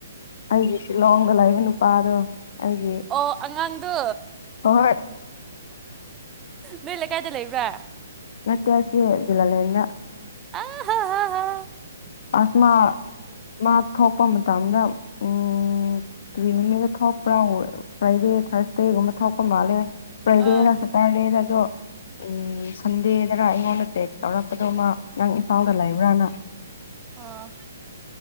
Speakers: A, on the left; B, on the right.
A: ꯑꯩꯒꯤ ꯁꯤꯜꯂꯣꯡꯗ ꯂꯩꯏꯕ ꯅꯨꯄꯥꯗꯣ ꯑꯩꯒꯤ
B: ꯑꯣ ꯑꯉꯥꯡꯗꯣ
A: ꯍꯣꯏ
B: ꯅꯣꯏ ꯂꯩꯀꯥꯏꯗ ꯂꯩꯕ꯭ꯔꯥ
A: ꯅꯠꯇꯦ ꯑꯁꯤ ꯂꯤꯂꯂꯦꯅ
B: ꯑꯍꯥ ꯍꯥ ꯍꯥ
A: ꯑꯥꯁꯃꯥ ꯃꯥ ꯊꯣꯛꯄ ꯃꯇꯝꯗ ꯎꯝ ꯎꯝ ꯇ꯭ꯔꯤꯃꯤꯅꯩꯗ ꯊꯣꯛꯄ꯭ꯔꯥ ꯄꯔꯥꯏꯕꯦꯠ ꯊꯔ꯭ꯁ ꯀꯩꯒꯨꯝꯕ ꯊꯣꯛꯄ ꯃꯥꯜꯂꯦ <unintelligible>
B: ꯑꯥ
A: ꯎꯝ ꯁꯟꯗꯦꯗꯔ ꯑꯩꯉꯣꯟꯗ ꯇꯦꯛꯁ ꯇꯧꯔꯛꯄꯗꯣ ꯃꯥ ꯅꯪ ꯏꯝꯐꯥꯜꯗ ꯂꯩꯕ꯭ꯔꯥꯅ
B: ꯑꯣ